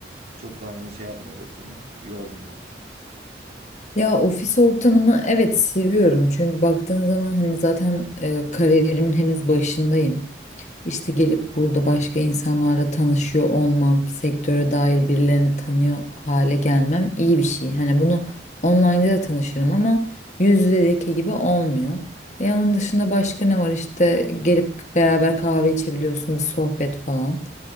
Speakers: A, on the right; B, on the left.
A: çok da hani şey yapmıyordur seni yormuyordur.
B: Ya ofis ortamını evet seviyorum. Çünkü baktığın zaman hani zaten e, kariyerimin henüz başındayım. İşte gelip burada başka insanlarla tanışıyor olmam, sektöre dair birilerini tanıyor hale gelmem iyi bir şey. Hani bunu online'da da tanışırım ama yüz yüzedeki gibi olmuyor. E onun dışında başka ne var? İşte gelip beraber kahve içebiliyorsun, bir sohbet falan.